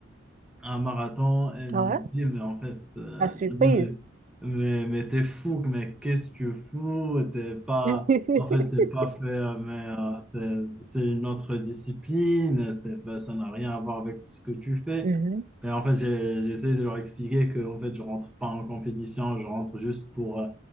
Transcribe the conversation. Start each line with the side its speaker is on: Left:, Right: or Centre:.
Centre: un marathon, elle
Right: ouais.
Centre: me dit, mais en fait, euh,
Right: La surprise.
Centre: elle me dit, mais, mais, mais t'es fou, mais qu'est-ce que tu fous? T'es pas,
Right: <laughs>
Centre: en fait, t'es pas fait, euh, mais euh, c'est c'est une autre discipline, c'est pas, ça n'a rien à voir avec ce que tu fais.
Right: Mhm.
Centre: Mais en fait, j'ai- j'essaie de leur expliquer que, en fait, je rentre pas en compétition, je rentre juste pour, euh,